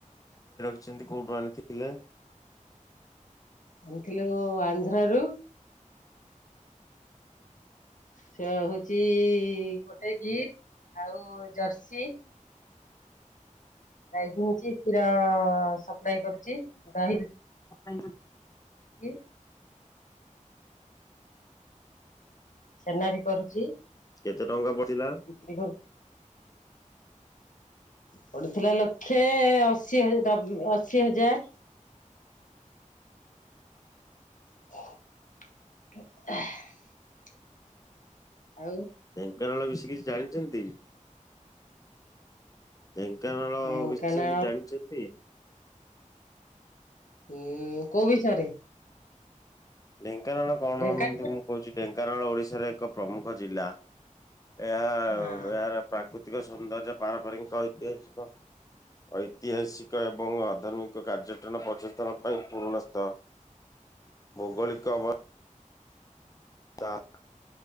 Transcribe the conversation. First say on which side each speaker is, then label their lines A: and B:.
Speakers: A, on the left (about 25°); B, on the left (about 75°).
A: ଅଛନ୍ତି କୋଉଠୁ ଆଣିଥିଲେ।
B: ଆଣିଥିଲୁ ଆନ୍ଧ୍ରାରୁୁ ସେ ହଉଛି ଗୋଟେ ଗିର୍ ଆଉ ଜର୍ସି ଗାଈ ଦିଛି କ୍ଷୀର ସପ୍ଲାଇ କରୁଛି ଦହିରୁ
A: ଆ ପାଇଁ
B: ଏ <unintelligible> ଛେନା ବି କରୁଛି।
A: କେତେ ଟଙ୍କା ପଡିଲା?
B: ବିକ୍ରି କରୁ ପଡିଥିଲା ଲକ୍ଷେ ଅଶୀବେ ଅଶି ହଜାର <inaudible> ଆଉ
A: ଢେଙ୍କାନାଳ କିଛି ଜାଣିଛନ୍ତି? ଢେଙ୍କାନାଳ
B: ଢେଙ୍କାନାଳ
A: ବିଷୟ କିଚି ଜାଣିଛନ୍ତି?
B: ହୁଁ କୋଉ ବିଷୟରେ?
A: <inaudible> କାରଣ କଣ
B: ଢେଙ୍କାନାଳ
A: ଏମିତି ମୁଁ କହୁଛି ଢ଼େ କାରଣ ଓଡ଼ିଶାର ଏକ ପ୍ରମୁଖ ଜିଲ୍ଲା। ଏହା
B: ହଁ
A: ଏହାର ପ୍ରାକୃତି ତିକ ସୌନ୍ଦର୍ଯ୍ୟ ପାରମ୍ପରିକ ଐତିହାସିକ, ଐତିହାସିକ ଏବଂ ଆଧର୍ମିକ କାର୍ଯ୍ୟଟନ ପର୍ଯ୍ୟଥନ ପାଇଁ ପୁରୁଣା ସ୍ଥ ଭୌଗୋଳିକ ବତ୍ ତାକ୍